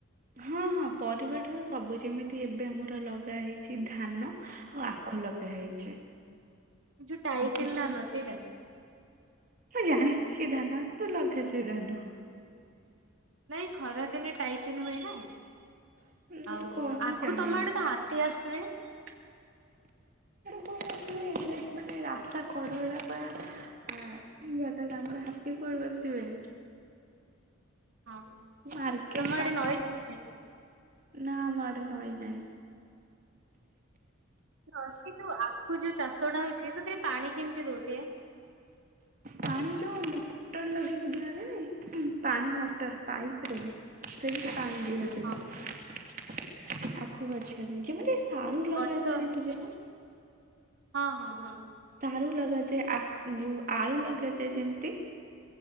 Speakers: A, on the right; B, on the right.
A: ହଁ ହଁ ପରିବା ଠାରୁ ସବୁ। ଯେମିତି ଏବେ ଆମର ଲଗା ହେଇଛି ଧାନ ଆଉ ଆ ଖୁ ଲଗା ହେଇଛି।
B: ଯୋଉ ଟାଇଚିନ୍
A: ଆଉ ଶୀତ
B: ଧାନ
A: ଦିନ
B: ସେଇଟା?
A: ମୁଁ ଜାଣି <unintelligible> ଧାନ କିନ୍ତୁ ଲଗାଯାଏ ଧାନ।
B: ନାଇଁ ଖରା ଦିନେ ଟାଇଚିନ୍ ହୁଏ ନା।
A: ହୁଁ
B: ଆଉ
A: କଣ ମୁଁ
B: ଆଖୁ
A: ଜାଣିନି
B: ତମ ଆଡ ତ ହାତୀ ଆସ୍ <inaudible>
A: କୁଆଡେ ଆସିବେ ଏନ୍ ଏଚ୍ ମାନେ ରାସ୍ତା କଡ ଟା ପୁରା ଆ ଜାଗା ଟା ଆମର ହା ତୀ କୁଆଡୁ ଆସିବେ।
B: ହଁ।
A: ମାର୍କେଟ
B: ତମ
A: ପାଖ।
B: ଆଡେ ନଈ ଅଛି
A: ନାଁ ଆମ ଆଡେ ନଈ ନାହିଁ।
B: ହଁ ସେ ଯୋଉ ଆଖୁ ଯୋଉ ଚାଷ ଟା ହଉଛି ସେଥିରେ ପାଣି କେମିତି ଦୋଉଥିବେ?
A: ପାଣି ଯୋଉ ମଟର ଲଗେଇକି ଦିଅନ୍ତିନି ପାଣି ମଟର ପାଇପ୍ ରେ। ସେମିତି ପାଣି ଦିଆଯାଏ
B: ହଁ
A: ଆଖୁ ଗଛରେ। ଯେମିତି ସାରୁ ଲଗାଯାଏ
B: ଗଛ
A: ଦେଖିଛ ନା?
B: ହଁ ହଁ ହଁ।
A: ସାରୁ ଲଗାଯାଏ ଆ ଯୋଉ ଆଳୁ ଲଗାଯାଏ ଯେମିତି।